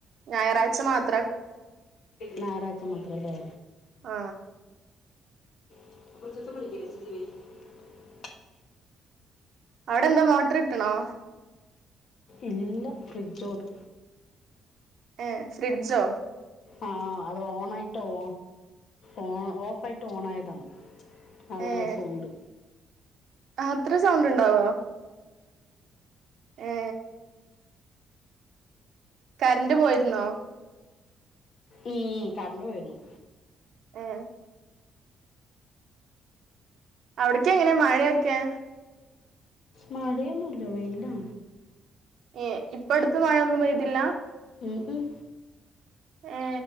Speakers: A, on the right (about 65°); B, on the left (about 65°).
A: ഞായാഴ്ച മാത്രം
B: <inaudible> നാരജ സമത്രല്ലേ
A: ആ
B: <inaudible>
A: അവിടെ എന്താ മോട്ടർ ഇട്ടണോ
B: ഇല്ല ഫ്രിഡ്ജോട്
A: ഏ ഫ്രിഡ്ജോ
B: ആ അത് ഓണായിട്ട് ഓ ഓ ഓഫ് ആയിട്ട് ഓൺ ആയതാണ് അതാണ്
A: ഏഹ്
B: സൗണ്ട്
A: അത്ര സൗണ്ട് ണ്ടാവോ ഏ കരണ്ട് പോയിരുന്നോ
B: ഉം കറണ്ട് പോയിരുന്നു
A: ആ അവിടൊക്കെങ്ങനെ മഴയൊക്കെ
B: മഴയൊന്നുല്ല വെയിലാ
A: ഏ ഇപ്പടുത്ത് മഴയൊന്നും പെയ്തില്ല
B: ഉം ഉം.
A: ഏ